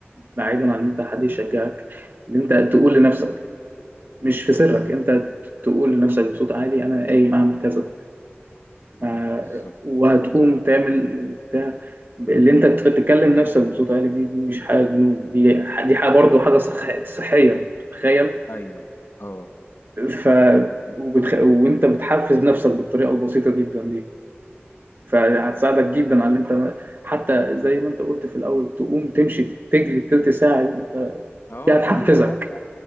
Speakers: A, on the right; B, on the left.
A: بعيدا عن ان انت حد يشجعك ان انت تقول لنفسك مش في سرك
B: بالظبط
A: انت تقول لنفسك بصوت عالي انا قايم اعمل كذا
B: مم.
A: ما
B: بالظبط
A: وهتقوم
B: بالظبط
A: تعمل وبتاع اللي انت تتكلم نفسك بصوت عالي دي دي مش حاجه جنون دي ح- دي حاجه برضه حاجه صح- صحيه تخيل
B: ايوه اه
A: ف وبتخ... وانت بتحفز نفسك بالطريقه البسيطه جدا دي فهتساعدك جدا على اللي انت حتى زي ما انت قلت في الاول تقوم تمشي تجري التلت ساعه دي انت
B: اه
A: دي هتحفزك
B: اقل حاجه